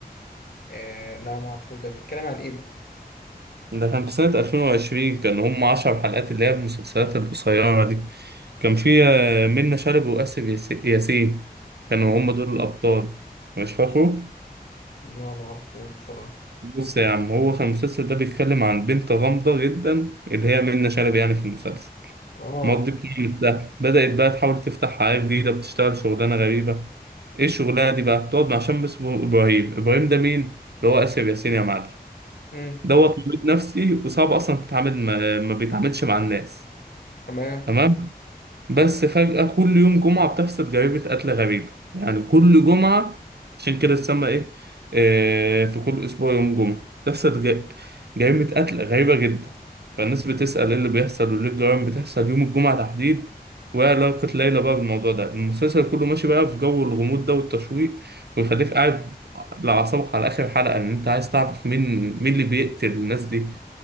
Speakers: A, on the left; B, on the right.
A: أه لا معرفوش ده بيتكلم عن إيه ده؟
B: ده كان في سنة 2020 كان هم 10 حلقات اللي هي المسلسلات القصيرة دي كان في آه، منة شلبي وآسف ياس- ياسين كانوا
A: مم.
B: هم دول الأبطال مش فاكره
A: لا معرفوش بصراحة
B: بص يا عم هو كان المسلسل ده بيتكلم عن بنت غامضة جدا اللي هي منة شلبي يعني في المسلسل
A: آه
B: ماضي بتعمل سهل بدأت بقى تحاول تفتح حياة جديدة بتشتغل شغلانة غريبة ايه الشغلانة دي بقى بتقعد مع شاب اسمه إبراهيم إبراهيم ده مين؟ اللي هو آسف ياسين يا معلم
A: مم.
B: دوت مريض نفسي وصعب أصلا تتعامل ما ما بيتعاملش مع الناس
A: تمام
B: تمام بس فجأة كل يوم جمعة بتحصل جريمة قتل غريبة يعني كل جمعة عشان كده تسمى إيه آه في كل أسبوع يوم جمعة بتحصل ج- جريمة قتل غريبة جدا فالناس بتسأل إيه اللي بيحصل وليه الجرائم بتحصل يوم الجمعة تحديد وإيه علاقة ليلى بقى بالموضوع ده المسلسل كله ماشي بقى في جو الغموض ده والتشويق ويخليك قاعد لأعصابك على آخر حلقة إن أنت عايز تعرف مين مين اللي بيقتل الناس دي